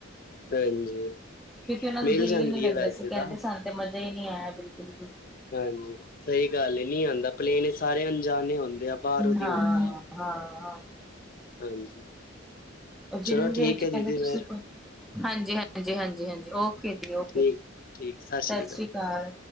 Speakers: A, on the left; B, in the centre.
A: ਹਾਂਜੀ
B: ਕਿਉਂਕਿ ਉਹਨਾ
A: ਮਿਲ
B: ਦਾ ਦਿਲ
A: ਜਾਂਦੀ
B: ਹੀ ਨੀ ਲੱਗਦਾ
A: ਹੈ ਵੈਸੇ
B: ਸੀ,
A: ਤਾਂ
B: ਕਹਿੰਦੇ ਸਨ ਤੇ ਮਜ਼ਾ ਹੀ ਨਹੀਂ ਆਇਆ ਬਿਲਕੁਲ ਵੀ।
A: ਹਾਂਜੀ ਸਹੀ ਗੱਲ ਹੀ ਨੀ ਆਉਂਦਾ ਪਲੇਨ ਸਾਰੇ ਅਣਜਾਣੇੇ ਹੁੰਦੇ ਆ ਬਾਹਰੋਂ ਦੀ
B: ਹਾਂ,
A: ਹੁੰਦੇ ਆ
B: ਹਾਂ, ਹਾਂ।
A: ਹਾਂਜੀ
B: ਜਿਨ
A: ਚਲੋ
B: ਵੇਅ
A: ਠੀਕ
B: ਚ
A: ਹੈ
B: ਕਹਿੰਦੇ
A: ਦੀਦੀ
B: ਤੁਸੀਂ
A: ਫੇਰ
B: <inaudible> ਹਾਂਜੀ-ਹਾਂਜੀ-ਹਾਂਜੀ-ਹਾਂਜੀ, ਓਕੇ ਜੀ ਓਕੇ,
A: ਠੀਕ ਠੀਕ ਸਤਿ ਸ੍ਰੀ
B: ਸਸ
A: ਅਕਾਲ
B: ਰੀ ਕਾਲ।